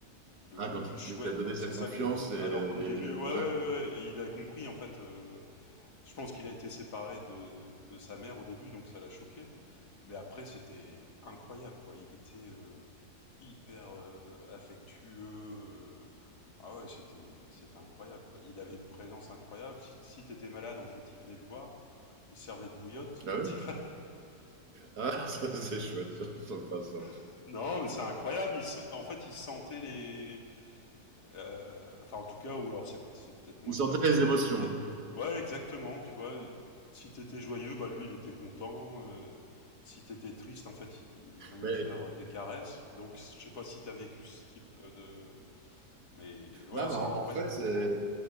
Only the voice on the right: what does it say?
Ah,
quand
il a donné
sa
confiance
et,
et-
ouais.
Ah
oui?
Ah, <laughs> ça, c'est chouette, ça, sympa ça.
Il sentait
les émotions.
Mais
non,
mais en,
en fait, c'est-